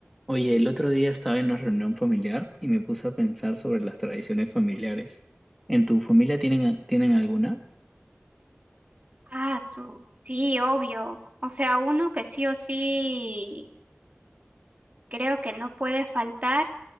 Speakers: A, in the centre; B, on the right.
A: Oye, el otro día estaba en una reunión familiar y me puse a pensar sobre las tradiciones familiares. ¿En tu familia tienen, tienen alguna?
B: Ah, su, sí, obvio. O sea, uno que sí o sí creo que no puede faltar